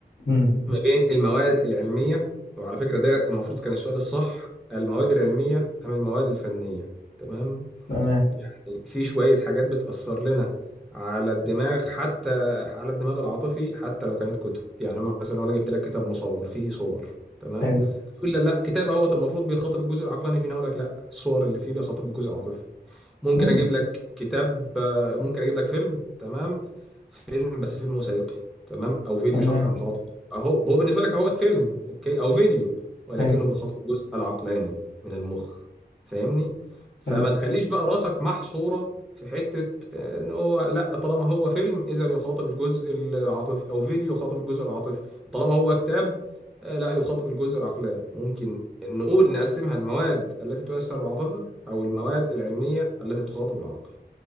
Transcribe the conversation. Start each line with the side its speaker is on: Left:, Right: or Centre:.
Left: مم.
Centre: ما بين المواد العلميه وعلى فكره ده المفروض كان السؤال الصح المواد العلميه ام المواد الفنيه تمام
Left: تمام
Centre: يعني في شوية حاجات بتأثر لنا على الدماغ حتى على الدماغ العاطفي حتى لو كانت كتب يعني مثلا لو انا جبت لك كتاب مصور فيه صور تمام
Left: حلو
Centre: تقول لا لا كتاب اهوت المفروض بيخاطب الجزء العقلاني فينا اقول لك لا الصور اللي فيه بيخاطب الجزء العاطفي ممكن
Left: مم.
Centre: اجيب لك كتاب آه، ممكن اجيب لك فيلم تمام فيلم بس فيلم وثائقي تمام او فيديو
Left: تمام
Centre: شرح لمحاضر اهو هو بالنسبه لك اهوت فيلم اوكي او فيديو ولكنه
Left: حلو
Centre: بيخاطب الجزء العقلاني من المخ فاهمني فما
Left: حلو
Centre: تخليش بقى راسك محصوره في حته آه، ان هو لا طالما هو فيلم اذا يخاطب الجزء العاطفي او فيديو يخاطب الجزء العاطفي طالما هو كتاب آه، لا يخاطب الجزء العقلاني ممكن نقول نقسمها المواد التي تؤثر على العاطفه أو المواد العلمية التي تخاطب العقل